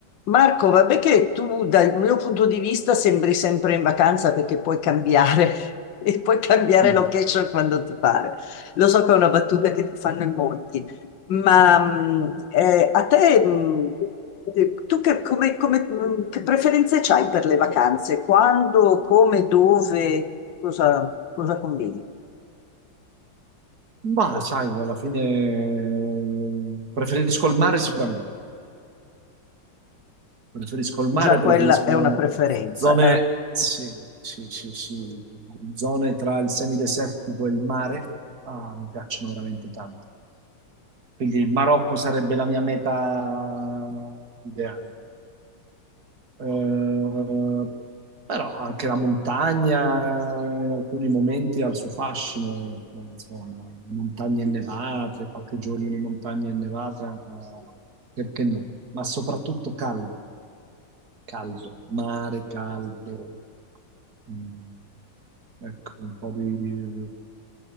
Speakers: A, on the left; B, on the right.
A: Marco, vabbè che tu dal mio punto di vista sembri sempre in vacanza perché puoi cambiare <laughs> e puoi cambiare
B: Mm.
A: location quando ti pare. Lo so che è una battuta che ti fanno in molti, ma mh, eh, a te, mh, eh, tu che, come- come- mh, che preferenze hai per le vacanze? Quando, come, dove, cosa, cosa combini?
B: Ma sai, alla fine eh, preferisco il mare sicuramente. Preferisco il
A: Già
B: mare,
A: quella
B: preferisco
A: è una preferenza.
B: zone,
A: eh.
B: sì, sì, sì, sì, zone tra il semidesertico e il mare. Ah, mi piacciono veramente tanto. Quindi il Marocco sarebbe la mia meta ideale. Eh, però anche la montagna eh, in alcuni momenti ha il suo fascino, ecco, insomma, le montagne innevate, qualche giorno di montagna innevata, eh, perché no? Ma soprattutto caldo, caldo, mare caldo, mm, ecco, un po' di,